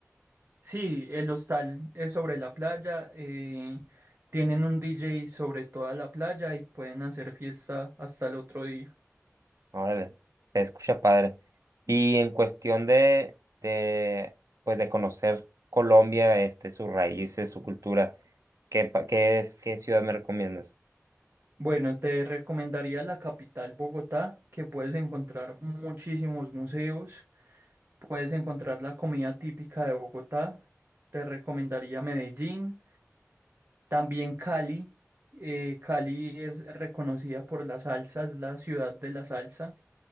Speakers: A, on the right; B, on the right.
A: Sí, el hostal es sobre la playa, eh, tienen un DJ sobre toda la playa y pueden hacer fiesta hasta el otro día.
B: Órale, se escucha padre. Y en cuestión de, de, pues de conocer Colombia, este, sus raíces, su cultura, ¿qué, pa- qué es, qué ciudad me recomiendas?
A: Bueno, te recomendaría la capital Bogotá, que puedes encontrar muchísimos museos, puedes encontrar la comida típica de Bogotá, te recomendaría Medellín, también Cali. eh, Cali es reconocida por la salsa, es la ciudad de la salsa.